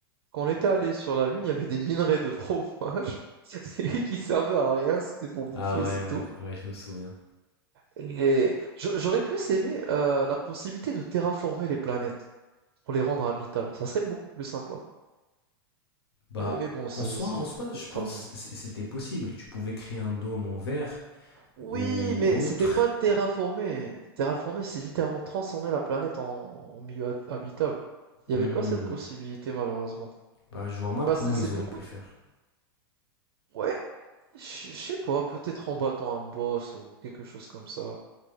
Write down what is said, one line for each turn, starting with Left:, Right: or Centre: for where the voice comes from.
Right: quand on était allés sur la Lune, il y avait des minerais de fromage <laughs> C'est qui servaient à rien, c'était pour bouffer,
Left: Ah ouais,
Right: c'est
Left: ouais,
Right: tout
Left: ouais, je me souviens.
Right: et j'au j'aurais plus aimé, heu, la possibilité de terraformer les planètes pour les rendre habitables, ça serait beaucoup plus sympa.
Left: Bah,
Right: Mais mais bon, c'est
Left: en soi,
Right: c'est
Left: en soi,
Right: beaucoup
Left: je
Right: de
Left: pense
Right: travail.
Left: c- c'était possible. Tu pouvais créer un dôme en verre
Right: Oui,
Left: ou
Right: mais
Left: autre.
Right: c'était pas terraformer. Terraformer, c'est littéralement transformer la planète en, en milieu ha- habitable. Il n'y
Left: Hmm.
Right: avait pas cette possibilité, malheureusement.
Left: Bah, je vois mal
Right: Bah,
Left: comment
Right: c'est
Left: ils
Right: c'est beaucoup.
Left: auraient pu le faire.
Right: Ouais, je je sais pas, peut-être en battant un boss ou quelque chose comme ça.